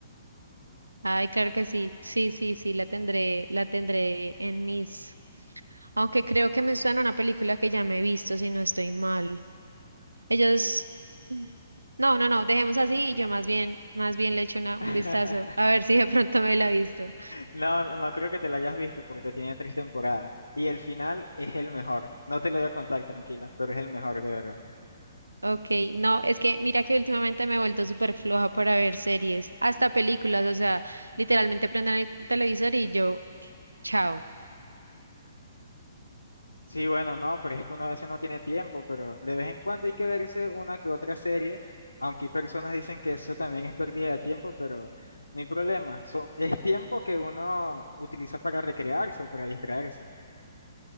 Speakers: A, on the right; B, on the left.
A: Ay, claro que sí. Sí, sí, sí, la tendré, la tendré en mis. Aunque creo que me suena una película que ya me he visto, si no estoy mal. Ellos. No, no, no, dejemos así y yo más bien, más bien le echo una,
B: <laughs>
A: un vistazo a ver si de pronto me la he visto.
B: No, no no creo que te la hayas visto porque tiene tres temporadas y el final es el mejor. No te lo voy a contar, tranquila, pero es el mejor de verdad.
A: Ok, no, es que mira que últimamente me he vuelto súper floja para ver series, hasta películas, o sea, literalmente prenden el televisor y yo, chao.
B: Sí, bueno, no, pero es que uno a veces no tiene tiempo, pero de vez en cuando hay que verse una que otra serie, aunque hay personas dicen que eso también es pérdida de tiempo, pero no hay problema. Son, es tiempo que uno utiliza para recrearse o para distraerse.